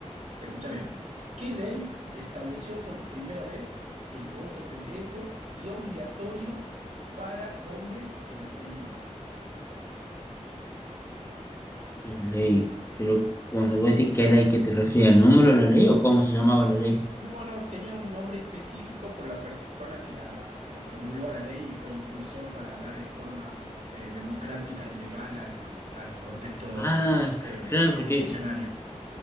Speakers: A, on the right; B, on the left.
A: Escucha bien. ¿Qué ley estableció por primera vez el voto secreto y obligatorio para hombres en Argentina?
B: Y ley. Pero cuando vos decís qué ley, ¿qué te refieres? ¿Al número de la ley o cómo se llamaba la ley?
A: No, no, tenía un nombre específico por la persona que la, que la formuló a la ley y fue el impulsor para darle forma eh, democrática y legal al, al contexto
B: Ah,
A: eh,
B: claro, porque
A: eleccionario.